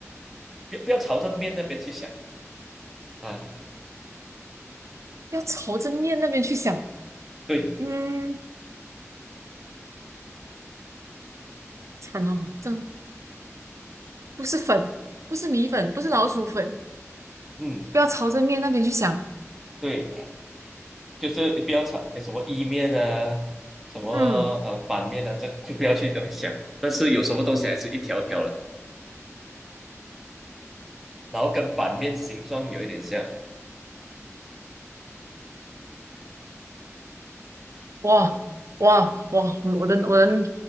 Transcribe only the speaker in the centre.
不要不要朝着面那边去想啊，
对，
嗯
对，就是你不要朝什么意面啊，什么
呃板面啊，这就不要去那边想，但是有什么东西还是一条条的，然后跟板面形状有一点像，